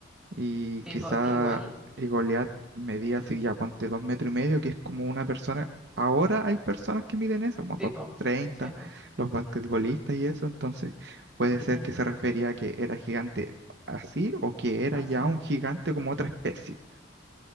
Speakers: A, on the right (about 60°); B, in the centre.
A: Y
B: Sí,
A: quizá
B: po, igual.
A: eh, Goliat medía así, ya ponte dos metros y medio, que es como una persona. Ahora hay personas que miden eso, como dos
B: Sí, po.
A: treinta,
B: Sí, po.
A: los basquetbolistas y eso. Entonces, puede ser
B: Sí,
A: que se refería a que era gigante así o que era
B: así.
A: ya un gigante como otra especie.